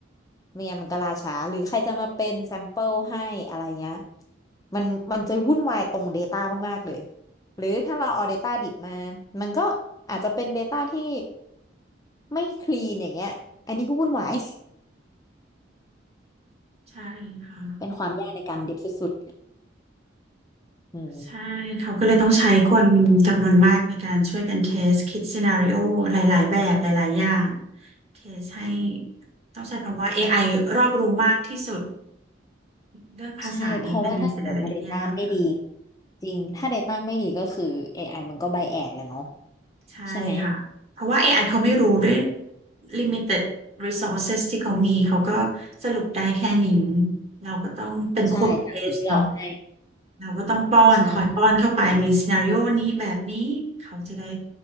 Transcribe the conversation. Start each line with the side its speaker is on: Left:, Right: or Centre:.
Left: ไม่งั้นมันก็ล่าช้าหรือใครจะมาเป็นแซมเปิลให้อะไรเงี้ยมันมันจะวุ่นวายตรง Data มากๆเลยหรือถ้าเราเอา Data ดิบมามันก็อาจจะเป็น Data ที่ไม่คลีนอย่างเงี้ยอันนี้ก็วุ่นวาย
Right: ใช่ค่ะ
Left: <laughs> เป็นความยากในการดิบสุดๆอืม
Right: ใช่เขาก็เลยต้องใช้คนจำนวนมากในการช่วยกันเทสคิดซีนาริโอหลายๆแบบหลายๆอย่าง เคสให้ต้องใช้คำว่า AI รอบรู้มากที่สุดเรื่องภาษานี้เป็นเป็นอะไรที่ยากค่ะ
Left: ใช่เพราะว่าถ้าสมมติว่า Data ไม่ดีจริงถ้า Data ไม่ดีก็คือ AI มันก็ไบแอดแหละเนาะ
Right: ใช่ค่ะเพราะว่า
Left: ใช่ไหม
Right: AI เขาไม่รู้ด้วย limited resources ที่เขามีเขาก็สรุปได้แค่นี้เราก็ต้องเป็นคนเทสเนาะ
Left: ใช่จากสิ่งที่เราให้
Right: เราก็ต้องป้อนคอยป้อนเข้าไปมีซีนาริโอนี้แบบนี้เขาจะได้
Left: ใช่